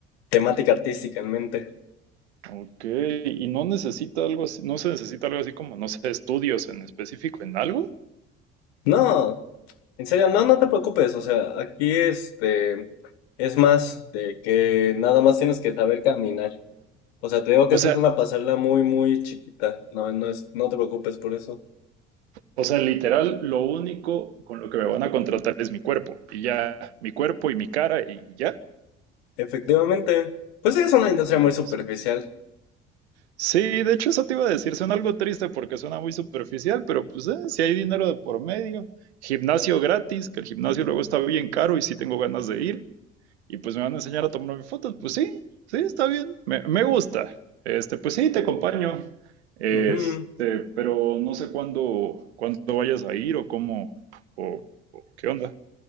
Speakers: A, on the left; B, on the right.
A: temática artística en mente.
B: Ok, y no necesita algo así, no se necesita algo así como, no sé, estudios en específico en algo.
A: No, En serio, no, no te preocupes, o sea, aquí este es más de que nada más tienes que saber caminar. O sea, te digo que
B: O
A: esa
B: sea,
A: es una pasarela muy, muy chiquita. No, no es, no te preocupes por eso.
B: o sea, literal, lo único con lo que me van a contratar es mi cuerpo y ya, mi cuerpo y mi cara y ya.
A: Efectivamente, pues sí, es una industria
B: Wow.
A: muy superficial.
B: Sí, de hecho eso te iba a decir, suena algo triste porque suena muy superficial, pero pues eh, si hay dinero de por medio, gimnasio gratis, que el gimnasio luego está bien caro y sí tengo ganas de ir, y pues me van a enseñar a tomarme fotos, pues sí, sí, está bien, me, me gusta. Este, pues sí, te acompaño. Este,
A: Ujú.
B: pero no sé cuándo, cuándo vayas a ir o cómo, o, o qué onda.